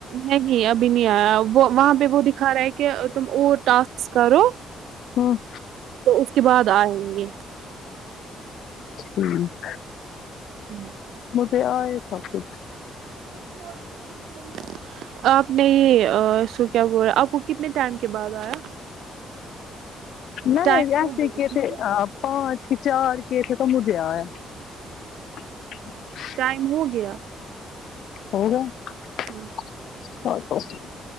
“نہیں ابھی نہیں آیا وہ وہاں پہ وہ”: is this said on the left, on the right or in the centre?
Right